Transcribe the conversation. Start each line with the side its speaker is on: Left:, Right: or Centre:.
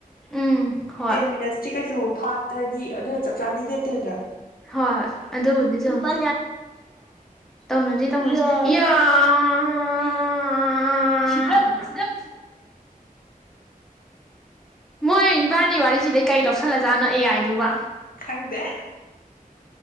Centre: ꯎꯝ ꯍꯣꯏ
Left: ꯇꯦꯟ ꯃꯤꯅꯠꯁꯇꯤ ꯀꯩꯁꯨ ꯐꯥ ꯍꯥꯏꯗꯤ ꯑꯗꯨꯅ ꯆꯞ ꯆꯥꯅꯗꯤ ꯂꯦꯞꯇꯦꯗꯅ
Centre: ꯍꯣꯏ ꯍꯣꯏ ꯑꯗꯨꯕꯨꯗꯤ <unintelligible> ꯇꯧꯅꯁꯦ ꯇꯧꯅꯁꯦ ꯃꯣꯏ ꯏꯕꯥꯅꯤ ꯋꯥꯔꯤꯁꯤꯗꯩ ꯀꯔꯤ ꯂꯧꯁꯜꯂꯖꯥꯠꯅꯣ ꯑꯦ ꯑꯥꯏ ꯗꯨꯕ
Left: ꯈꯪꯗꯦ